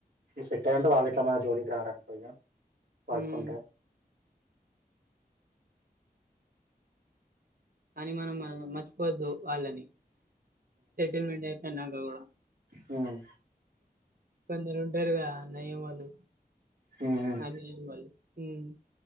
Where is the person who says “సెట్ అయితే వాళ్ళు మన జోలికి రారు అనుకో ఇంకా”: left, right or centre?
Right